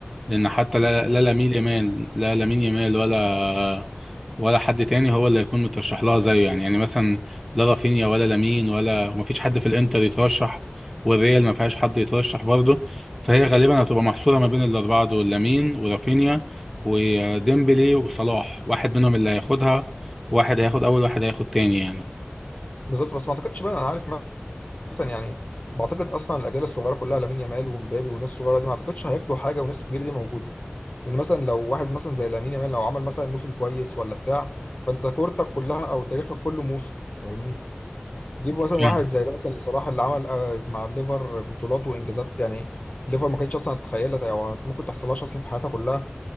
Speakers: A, in the centre; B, on the left (about 35°).
A: لان حتى لا لا لامين يامال لا لامين يامال ولا ولا حد تاني هو اللي هيكون مترشح لها زيه يعني يعني مثلا لا رافينيا ولا لامين ولا وما فيش حد في الانتر يترشح والريال ما فيهاش حد يترشح برضه فهي غالبا هتبقى محصوره ما بين الاربعه دول لامين ورافينيا وديمبلي وصلاح واحد منهم اللي هياخدها واحد هياخد اول واحد هياخد تاني يعني
B: بالظبط بس ما اعتقدش بقى انا عارف مثلا يعني بعتقد اصلا الاجيال الصغيره كلها لامين يامال ومبابي والناس الصغيره دي ما اعتقدش هياخدوا حاجه والناس الكبيره دي موجوده لان مثلا لو واحد مثلا زي لامين يامال لو عمل مثلا موسم كويس ولا بتاع فانت كورتك كلها او تاريخك كله موسم فاهمني جيب مثلا واحد
A: فاهم.
B: زي ده مثلا صلاح اللي عمل آه، مع الليفر بطولات وانجازات يعني الليفر ما كانتش اصلا تتخيلها او ممكن تحصلهاش اصلا في حياتها كلها